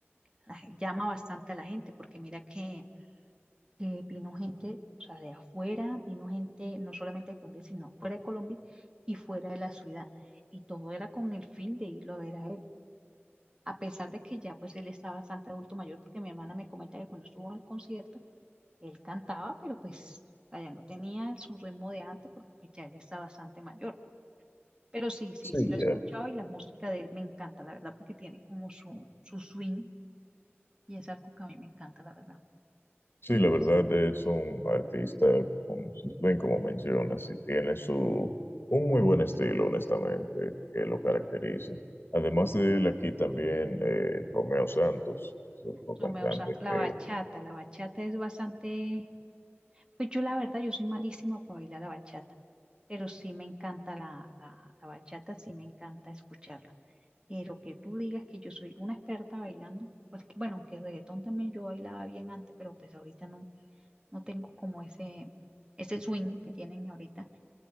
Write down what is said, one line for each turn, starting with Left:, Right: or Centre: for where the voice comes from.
Right: la gen- llama bastante a la gente, porque mira que, que vino gente, o sea, de afuera, vino gente no solamente de Colombia, sino fuera de Colombia y fuera de la ciudad. Y todo era con el fin de irlo a ver a él. A pesar de que ya pues él está bastante adulto mayor, porque mi hermana me comenta que cuando estuvo en el concierto, él cantaba, pero pues allá no tenía su ritmo de antes, porque pues ya él está bastante mayor. Pero sí, sí,
Left: Sí,
Right: sí lo
Left: ya.
Right: he escuchado y la música de él me encanta, la verdad, porque tiene como su, su swing y es algo que a mí me encanta, la verdad.
Left: Sí,
Right: Y
Left: la
Right: pues,
Left: verdad es un artista con sus bien como mencionas, y tiene su un muy buen estilo, honestamente, que lo caracteriza. Además de él, aquí también eh, Romeo Santos, es otro
Right: Romeo
Left: cantante
Right: Santos, la
Left: que,
Right: bachata, la bachata es bastante, pues yo la verdad, yo soy malísima para bailar la bachata, pero sí me encanta la, la, la bachata, sí me encanta escucharla. Pero que tú digas que yo soy una experta bailando, pues que, bueno, que el reggaetón también yo bailaba bien antes, pero pues ahorita no, no tengo como ese, ese swing que tienen ahorita.